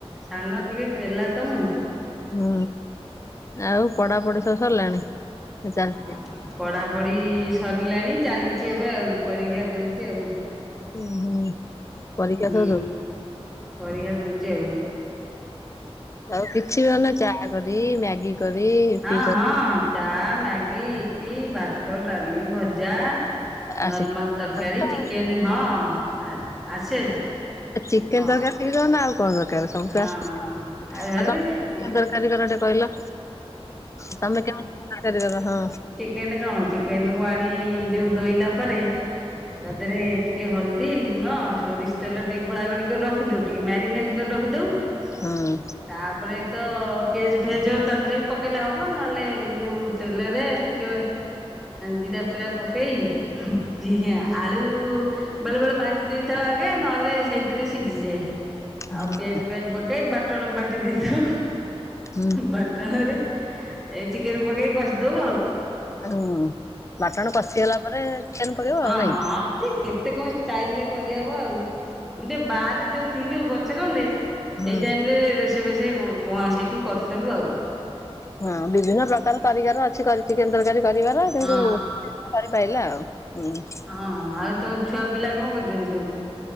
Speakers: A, in the centre; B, on the left.
A: ସାନ ଟିକେ ଗେଲା ତ ମୁଁ।
B: ହୁଁ ଆଉ ପଢାପଢି ସବୁ ସରିଲାଣି। ଚାଲିଚି
A: ଆଉ ପଢ଼ାପଢ଼ି ସରିଲାଣି। ଚାଲିଛି ଏବେ ଆଉ ପରୀକ୍ଷା ଦଉଛି ଆଉ,
B: ଉୁଁ ହୁଁ ପରୀକ୍ଷା
A: ହୁଁ
B: ସରୁ,
A: ପରୀକ୍ଷା ଦଉଛି ଆଉ,
B: ଆଉ କିଛି ବି ମନେ ଚା କରି ମ୍ୟାଗି କରି, ଇପି
A: ହଁ
B: କରି
A: ହଁ ଚା ମ୍ୟାଗି ଇପି ଭାତ ଡାଲି ଭଜା।
B: ଆ
A: ନର୍ମାଲ
B: ଚିକେନ
A: ତରକାରୀ। ଚିକେନ ହଁ ଆସେ ସବୁ,
B: ଚିକେନ
A: ହଁ
B: ତରକାରି ଟିକେ ଦଉନ ନା ଆଉ କଣ ଦରକାର। ସବୁ
A: ହଁ
B: ଆସିକି
A: ହଁ ଆଉ
B: ଆ ଆଉ <unintelligible> କାରିଗର ଟେ କହିଲ ତମେ କେମତି କାରିଗର। ହଁ,
A: ଚିକେନ କଅଣ ଚିକେନ କୁ ଆଣି ଯୋଉ ଧୋଇଲା ପରେ, ତା ଦେହରେ ଟିକେ ହଳଦୀ ଲୁଣ ସୋରିଷ ତେଲ ଟିକେ ଗୋଳା ଗୋଳି କରି ରଖ, ରଖିଦ ଟିକେ ମ୍ୟାରିନେଟ କରି ରଖିଦଉ
B: ହୁଁ
A: ତାପରେ ତ ପେଜ ଫେଜ ତା ଦେହରେ ବି ପକେଇଲେ ହବ। ହେବ ନହେଲେ ଏଇ ଯେଉଁ ତେଲରେ ଟିକେ ଜିରା ଫିରା ପକେଇ ଆଳୁ ବେଳେ ବେଳେ ଭାଜି ଦେଇଥାଉ ଆଗେ ନହେଲେ ସେଇଥିରେ ସିଝିଯାଏ
B: ହୁଁ
A: ଆଉ ପିଆଜ ଫିଆଜ କହି ବାଟଣ ବାଟି ଦେଇଥାଉ
B: ହୁଁ
A: ବାଟଣରେ ଏଇ ଚିକେନ ପକେଇକି କଷିଦଉ ଆଉ।
B: ହୁଁ ବାଟଣ କଷିଗଲା ପରେ ଚିକେନ ପକେଇବ
A: ହଁ
B: ଆଉ ନାଇଁ କି
A: ସେ କେତେ କଣ ଚାଇଲେ କରିହବ ଆଉ ଟିକେ ବାହାରେ ଯୋଉ ଥିଲୁ ବର୍ଛାକଣ୍ଡେ
B: ହୁଁ
A: ସେଇ ଟାଇମରେ ରୋଷେଇ ବୋଷେ ମଁ ସେଇଠି କରୁଥିଲୁ ଆଉ।
B: ହଁ ବିଭିନ୍ନ ପ୍ରକାର କରିବାର ଅଛି କରିଛି ଚିକେନ ତରକାରୀ କରିବାର
A: ହଁ
B: କିନ୍ତୁ ରେ ପାଇଲା ଆଉ ହୁଁ।
A: ହଁ ହଁ ଆଉ ତମ ଛୁଆ ପିଲା କଣ କରୁଛନ୍ତି ସବୁ?